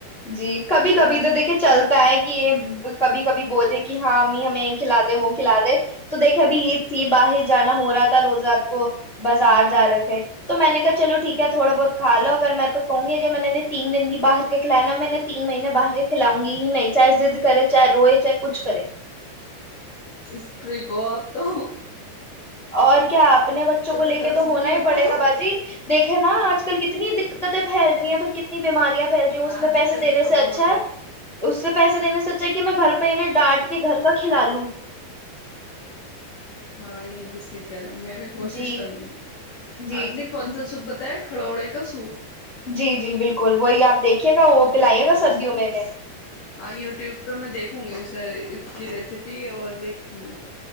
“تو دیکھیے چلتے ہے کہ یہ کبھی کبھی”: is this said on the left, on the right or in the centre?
Left